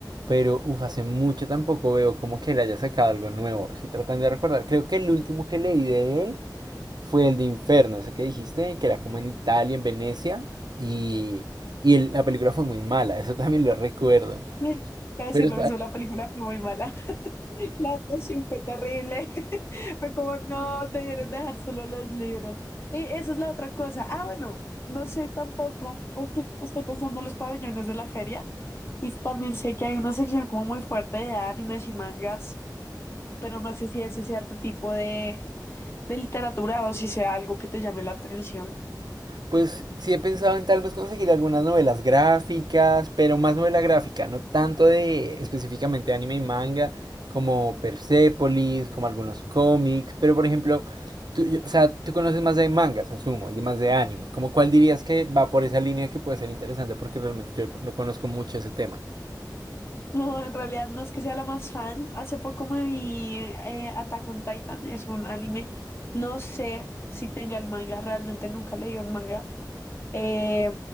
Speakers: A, on the right; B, on the left.
A: Pero, uff, hace mucho tampoco veo como que él haya sacado algo nuevo. Estoy tratando de recordar, creo que el último que leí de él fue el de Inferno, ese que dijiste, que era como en Italia, en Venecia, y, y el- la película fue muy mala, eso también lo recuerdo.
B: <laughs> Ay, Voy a decir
A: Pero
B: lo mismo, la película fue muy mala, <laughs> la adaptación fue terrible, <laughs> fue como no, debieron dejar solo los libros. Y esa es la otra cosa. Ah, bueno, no sé tampoco, es que estoy pensando en los pabellones de la feria y también sé que hay una sección como muy fuerte de animes y mangas. pero no sé si ese sea tu tipo de, de literatura o si sea algo que te llame la atención.
A: pues sí he pensado en tal vez conseguir algunas novelas gráficas, pero más novela gráfica, no tanto de específicamente anime y manga, como Persepolis, como algunos cómics, pero por ejemplo, tú, yo- o sea, tú conoces más de mangas, asumo, y más de anime, como cuál dirías que va por esa línea que puede ser interesante, porque realmente yo no conozco mucho ese tema.
B: No, en realidad no es que sea la más fan. Hace poco me vi eh, Attack on Titan, es un anime. No sé si tenga el manga, realmente nunca leí un manga. Eh,